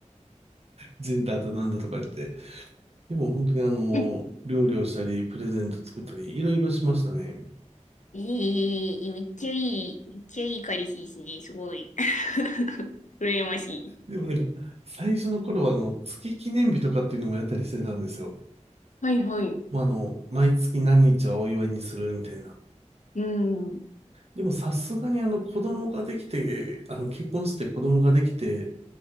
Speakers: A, on the right (about 55°); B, on the left (about 75°).
A: ジェンダーとなんだとか言って、でも本当にあの、
B: <laughs>
A: 料理をしたり、プレゼント作ったり、いろいろしましたね。
B: ええめっちゃいい、めっちゃいい彼氏ですね、すごい。<laughs> 羨ましい
A: でもなんか、最初の頃はあの、月記念日とかっていうのもやったりしてたんですよ。
B: はいはい。
A: もうあの、毎月何日はお祝いにするみたいな。
B: うん。
A: でもさすがにあの、子供ができて、あの、結婚して子供ができて、